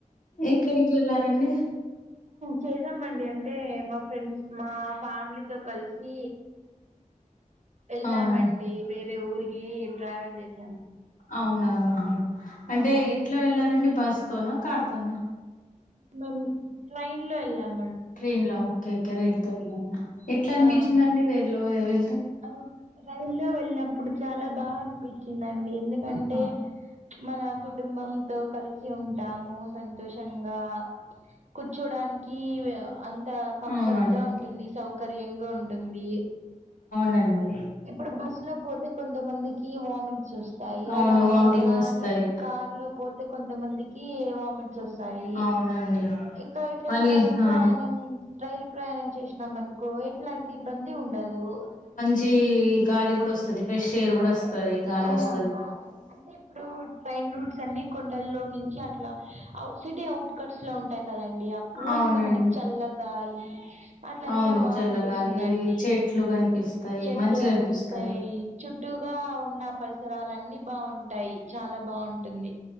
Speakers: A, on the left; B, on the right.
A: ఎక్కడికి వెళ్ళారండి
B: చేసామండి అంటే మా ఫ్రెండ్స్ మా ఫ్యామిలీ తో కలిసి ఎల్లామండి
A: అవునా
B: వేరే ఊరికి ట్రావెల్ చేస్
A: అవునాహా
B: ఆ
A: అంటే ఎట్లా వెళ్ళారండి బస్ తోన కార్ తోనా
B: మేం ట్రైన్ లో వెళ్ళామ
A: ట్రైన్ లో ఓకే ఓకే రైల్ త వెళ్ళారా ఎట్లా అనిపించిందండి
B: ఆ
A: రైల్ లో వె
B: ఆ రైలు లో వెళ్ళినప్పుడు చాలా బాగా అనిపించిందండి ఎందుకంటే
A: ఆహా.
B: మన కుటుంబంతో కలిసి ఉంటాము సంతోషంగా కూర్చోడానికి వ్య అంత కంఫర్ట్
A: అవునండి
B: గా ఉంటుంది సౌకర్యంగా ఉంటుంది
A: నండి
B: ఇప్పుడు బస్ లో పోతే కొంతమందికి వామిట్స్ వస్తాయి అలా
A: అవును వామిటింగ్
B: అలాని
A: వస్తాయి
B: కార్లో పో కొంతమందికి వామిట్స్ వస్తాయి
A: అవునండి
B: ఇక అయితే
A: మళ్ళీ
B: ట్రైన్
A: ఆ
B: ప్రయాణం రైలు ప్రయాణం చేసినాం అనుకో ఎట్లాంటి ఇబ్బంది ఉండదు
A: చ్చ గాలి కూడా వస్తుంది ఫ్రెష్ ఎయిర్ కూడా వస్తుంది గాలి
B: ఆ
A: వస్
B: బా అంటే ఇప్పుడు ట్రైన్ రూట్స్ అన్ని కొండల్లో నుంచి అట్లా సిటీ అవుట్ కట్స్ లో ఉంటాయి కదండి అప్పుడు
A: అవునండి
B: ఇంకా మనకి చల్ల గాలి అట్లంతా
A: అవును
B: బా
A: చల్లగాలి
B: అనిపిస్తుందండి
A: చెట్లు కనిపిస్తాయి
B: చెట్లు
A: మంచిగా
B: కనిపిస్తాయి
A: అనిపిస్తాయి
B: చుట్టూ గా ఉన్న పరిసరలన్నీ బాగుంటాయి చాలా బాగుంటుంది